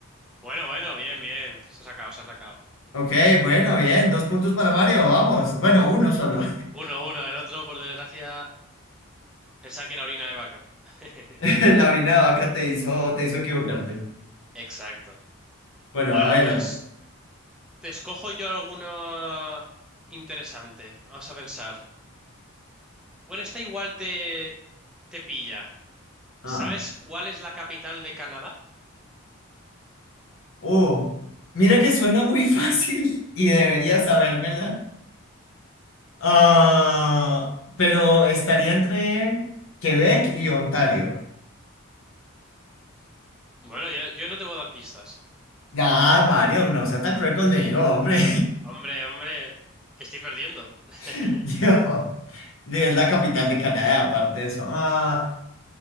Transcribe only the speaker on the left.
Ok, bueno, bien, dos puntos para Mario, vamos. Bueno, uno solo.
<laughs> La orina de vaca te hizo, te hizo equivocarte.
Bueno,
a ver.
a-
Ah.
Oh, mira que suena muy <laughs> fácil y debería sabérmela. Ah, pero estaría entre Quebec y Ontario.
Ya, Mario, no seas tan cruel conmigo, hombre.
<laughs> Yo, es la capital de Canadá, aparte de eso. Ah.